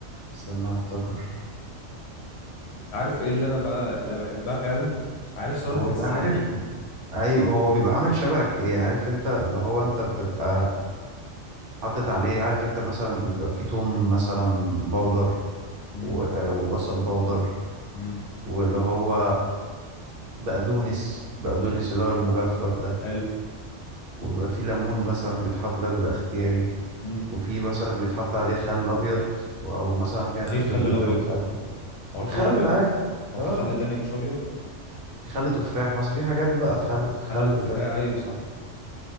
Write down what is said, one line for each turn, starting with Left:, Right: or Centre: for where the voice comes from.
Right: استنى افتكر
Left: انت عارف ايه اللي انا بقى اللي أنا بحبها فعلا عارف سلطه
Right: هو
Left: الزبادي
Right: بيبقى عارف ايوه هو بيبقى عامل شبك يعني عارف انت اللي هو انت بتبقى حاطط عليه عارف انت مثلا بيبقى فيه توم مثلا بودر
Left: امم
Right: و- وبصل بودر
Left: امم
Right: واللي هو بقدونس بقدونس اللي هو المجفف ده
Left: حلو
Right: وبيبقى فيه ليمون مثلا بيتحط ده بيبقى اختياري
Left: امم
Right: وفي مثلا بيتحط عليه خل ابيض او مثلا في ناس
Left: ايه الخل
Right: بتبدله
Left: الابيض
Right: بخل
Left: ده ما هو
Right: الخل
Left: الخل الابيض
Right: العادي
Left: هو
Right: اه
Left: في خل تاني مش ابيض
Right: في خل تفاح مثلا في حاجات بقى خل خل
Left: خل تفاح
Right: كذا
Left: ايوه صح